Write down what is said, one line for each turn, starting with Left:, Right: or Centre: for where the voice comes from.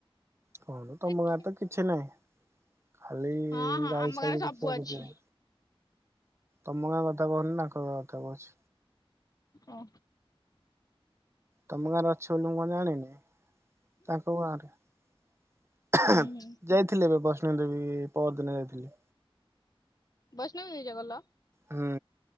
Right: କଣ ତମ
Left: ଦେଖିବା
Right: ଗାଁରେ ତ କିଛି ନାହିଁ? ଖାଲି
Left: ହଁ ହଁ
Right: ଗାଈ
Left: ଆମ
Right: ଛେଳି
Left: ଗାଁରେ
Right: ଦେଖିବାକୁ
Left: ସବୁ ଅଛି।
Right: ଯିବି। ତମ ଗାଁ କଥା କହୁନି ତାଙ୍କ ଗାଁ କଥା କହୁଛି।
Left: ଓ।
Right: ତମ ଗାଁ ରେ ଅଛ ବୋଲି ମୁଁ କଣ ଜାଣିନି? ତାଙ୍କ ଗାଁରେ
Left: ହୁଁ
Right: ଯାଇଥିଲି ଏବେ ବସ୍ କୃଷ୍ଣ ଦେବୀ ପହର ଦିନ ଯାଇଥିଲି।
Left: ବୈଷ୍ଣବୀ ଦେବୀ କଲେଜରେ କଲ୍?
Right: ହୁଁ